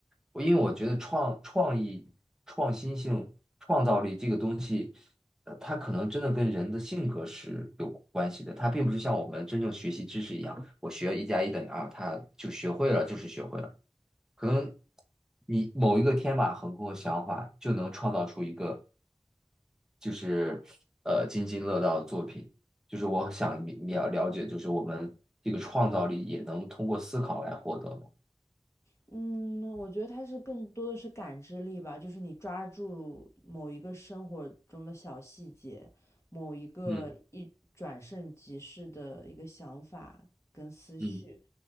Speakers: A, in the centre; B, on the left (about 25°).
A: 我因为我觉得创创意、创新性、创造力这个东西，呃，它可能真的跟人的性格是有关系的。它并不是像我们真正学习知识一样，我学一加一等于二，它就学会了就是学会了。可能你某一个天马行空的想法，就能创造出一个，就是呃津津乐道的作品。就是我想了了了解，就是我们这个创造力也能通过思考来获得嘛。
B: 嗯，我觉得它是更多的是感知力吧，就是你抓住某一个生活中的小细节，某一个一转瞬即逝的一个想法跟思绪，
A: 嗯嗯。